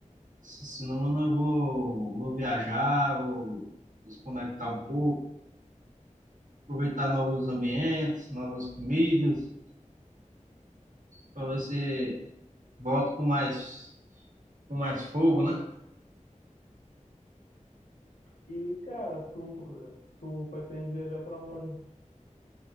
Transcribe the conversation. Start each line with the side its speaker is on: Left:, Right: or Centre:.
Right: se se não, mano, eu vou, vou viajar, vou desconectar um pouco, aproveitar novos ambientes, novas comidas, para ver se volto com mais, com mais fogo, né?
Left: E cara, tu, tu pretende viajar pra onde?